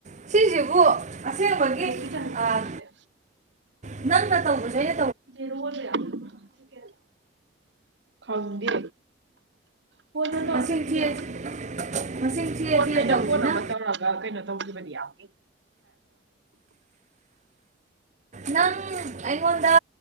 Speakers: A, on the right; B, on the right.
A: ꯉꯁꯤꯁꯤꯁꯤꯕꯨ ꯑꯁꯦꯡꯕꯒꯤ
B: ꯂꯥꯏꯔꯤꯛꯀꯤ ꯆꯥꯡꯗꯣ
A: ꯑꯥ
B: ꯍꯣꯠꯂꯦ
A: ꯅꯪ ꯅ ꯇꯧꯕꯖ‌ꯦ
B: <unintelligible> ꯈꯪꯗ‌ꯦ ꯐꯣꯟ ꯐꯠ ꯇꯧꯆꯠꯈꯤꯕꯥ
A: ꯃꯁꯤꯡ ꯊꯤꯔ
B: ꯌꯥꯕꯥ
A: ꯃꯁꯤꯡ ꯊꯤꯔ
B: ꯐ‌ꯣꯟ
A: ꯊꯤꯔ
B: ꯑꯩꯅ
A: ꯇꯧꯁꯤꯅ
B: ꯐꯣꯟ ꯑꯃ ꯇꯧꯔꯒ ꯀꯩꯅꯣ ꯇꯧꯈꯤꯕꯅꯦ ꯌꯥꯝ <unintelligible>
A: ꯅꯪ <unintelligible> ꯑꯩ‌ꯪꯉ‌ꯣꯟꯗ